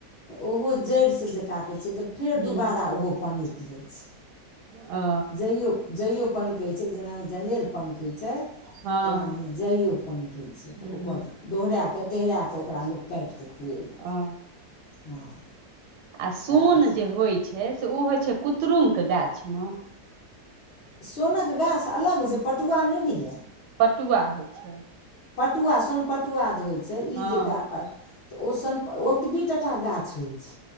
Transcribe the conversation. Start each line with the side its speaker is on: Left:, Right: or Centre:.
Left: तऽ ओहो जड़िसँ जे काटै छै तऽ फेर
Right: हूँ
Left: दुबारा ओहो पनैक जाइ छै
Right: ओ
Left: जइयो जइओ पननकै छै जेनाहि जनेर पननकै छै
Right: हँ
Left: तेनाही जइओ पनकै छै
Right: हूँ
Left: तऽ ओकर दोहरा कऽ तहिरा कऽ ओकरा लोक काटिकऽ खुएलक
Right: ओ
Left: हँ
Right: आ सोन
Left: तऽ एखन
Right: जे होइत छै से ओ होइत छै कुत्र्रुमके गाछमे
Left: सोनके गाछ अलग होइ छै पटुआ नहि होइए
Right: पटुआ होइ छै
Left: पटुआ सोन पटुआ जे होइ छै ई
Right: हँ
Left: जे गापर तऽ ओ सन ओतबी टटा गाछ होइ छै